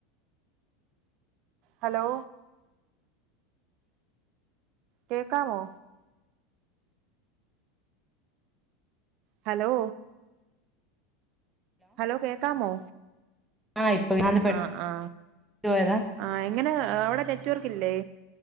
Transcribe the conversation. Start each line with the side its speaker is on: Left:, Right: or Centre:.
Right: ഹലോ കേക്കാമോ ഹലോ ഹലോ കേക്കമോ
Centre: ആ ഇപ്പൊ അത് പെട്ടന്ന്
Right: ആ ആ
Centre: പോയതാ
Right: ആ എങ്ങനെ അവിടെ നെറ്റ് വർക്ക് ഇല്ലേ?